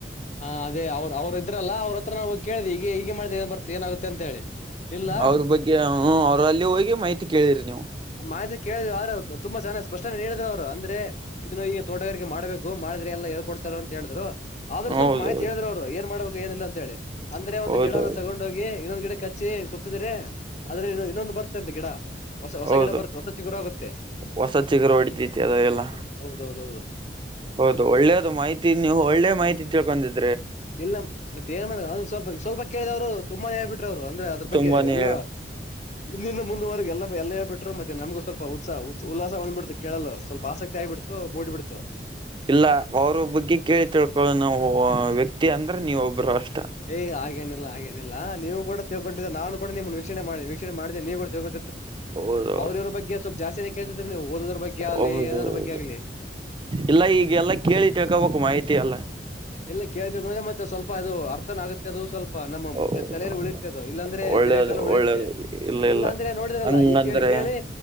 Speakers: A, on the left; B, on the right.
A: ಹಾ ಅದೇ ಅವ್ ಅವರು ಇದ್ರಲ್ಲ ಅವ್ರತ್ರ ನಾವು ಕೇಳ್ದಿ ಈೀಗ ಹೀಗೆ ಮಾಡಿದ ಏನ್ ಬರ್ ಏನಾಗುತ್ತೆ ಅಂತ ಹೇಳಿ ಇಲ್ಲ
B: ಅವ್ರ ಬಗ್ಗೆ ಹ ಅವ್ರಲ್ಲಿ ಹೋಗಿ ಮಾಹಿತಿ ಕೇಳಿದಿರಿಿ ನೀವು
A: ಮಾಹಿತಿ ಕೇಳಿದವಿ ಆದ್ರೆ ತುಂಬಾ ಚೆನ್ನಾಗ್ ಸ್ಪಷ್ಟನೆ ನೀಡಿದ್ರು ಅವರು ಅಂದ್ರೆ ಇದುನ್ನ ಈಗ ಈಗ ತೋಟಗಾರಿಕೆ ಮಾಡಬೇಕು ಹೂ ಮಾಡ್ರ ಎಲ್ಲ ಹೇಳ್ ಕೊಡ್ತಾರ ಅಂತ ಹೇಳಿದರು ಆದ್ರರು ಸ್ವಲ್ಪ
B: ಹೌದೌದು
A: ಮಾಹತಿ ಹೇಳಿದ್ರ ಅವರು ಏನ್ ಮಾಡ್ಬೇಕು ಏನಿಲ್ಲ ಅಂತ ಹೇಳಿ ಅಂದ್ರೆ ಒಂದು
B: ಹೌದೌದು
A: ಗಿಡನ ತಗೊಂಡ ಹೋಗಿ ಇನ್ನೊಂದ್ ಗಿಡ ಕಚ್ಚಿ ಸುತ್ತಿದ್ರರಿ ಆದ್ರೆ ಇನ್ನೊಂದು ಬರ್ತೆ ಅಂತ ಗಿಡ ಹೊಸ
B: ಹೌದು
A: ಗಿಡ ಬರುತ್ತೆ ಹೊಸ ಚಿಗುರ ಆಗುತ್ತೆ
B: ಹೊಸ ಚಿಗರು ಹೊಡಿತೈತಿ ಅದ ಎಲ್ಲ
A: ಹೌದೌದ ಹೌದು
B: ಹೌದು ಒಳ್ಳೇದು ಮಾಹಿತಿ ನೀವು ಒಳ್ಳೆ ಮಾಹಿತಿ ತಿಳ್ಕೊಂಡಿದ್ದಿ
A: ಇಲ್ಲ ಮತ್ತೆ ಏನ್ ಮಾಡ ಸ್ವಲ್ಪ ಸ್ವಲ್ಪ ಕೇಳಿದವ್ರು ತುಂಬಾನೇ ಹೇಳ್ಬಿಟ್ಟು ಅಂದ್ರೆ ಅದ್ರ ಬಗ್ಗೆ
B: ತುಂಬಾನೇ
A: ಎಲ್ಲಾ ಇಂದಿಂದ ಮುಂದುವರೆ ಎಲ್ಲಾ ಎಲ್ಲೇ ಬಿಟ್ಟರು ಮತ್ತೆ ನಮಗ ಸ್ವಲ್ಪ ಉಸಾ ಉಲ್ಲಾಸಂದ್ ಬಿಟ್ಟು ಕೇಳಲು ಸ್ವಲ್ಪ ಆಸಕ್ತಿ ಆಗಿಬಿಡ್ತು ಮೂಡಿಬಿಡ್ತು
B: ಇಲ್ಲ ಅವ್ರ ಬಗ್ಗೆ ಕೇಳಿ ತಿಳ್ಕೊಳ್ಳೋಣ ವ್ಯಕ್ತಿ ಅಂದ್ರೆ ನೀವು ಒಬ್ರು ಅಷ್ಟು
A: ಏ್ ಹಾಗೇನಿಲ್ಲ ಹಾಗೇ ಇಲ್ಲ ನೀವು ಕೂಡ ತಗೊಂಡ್ರ ನಾನು ಕಡ ನಿಮ್ಮ್ ವೀಕ್ಷಣೆ ಮಾಡಿ ವೀಕ್ಷೆ ಮಾಡೆ ನೀವು ತೊಗೊ
B: ಹೌದು
A: ಅವ್ರ ಇವ್ರ ಬಗ್ಗೆ ಸ್ವಲ್ಪ ಜಾಸ್ತಿಿನ ಕೇಳ್ತಿದ್ರರಿ ನೀವು ಓದೋದ್ರ ಬಗ್ಗೆ ಆಗ್ಲಿ
B: ಹೌದು
A: ಏನ್ರ
B: ಹೌದು
A: ಬಗ್ಗೆ ಆಗ್ಲಿ
B: ಇಲ್ಲ ಈಗೆಲ್ಲ ಕೇಳಿ ತಿೇಳ್ಕೊಬೇಕಕ್ು ಮಾಹಿತಿ ಎಲ್ಲ
A: ಇಲ್ಲ ಕೇಳಂದ್ರೆ ಮತ್ತೆ ಸ್ವಲ್ಪ ಅದು ಅರ್ಥನ ಆಗುತ್ತೆ ಅದು ಸ್ವಲ್ಪ ನಮ್ಮ
B: ಹೌದು
A: ತಲಲಿ ಉಳ ಇಲ್ಲಾಂದ್ರೆ
B: ಒಳ್ಳೇದು
A: ದೀರ್ಘಕಾಲ ಉಳಿಯುತ್ತೆ
B: ಒಳ್ಳೇದು ಇಲ್ಲ
A: ಇಲ್ಲಾ
B: ಇಲ್ಲ
A: ಅಂದ್ರೆ ನೋಡಿದರಲ್ಲ
B: ಹಂಗಂದ್ರೆ
A: ಈ ಕೇಳಿ ಕೇಳಿ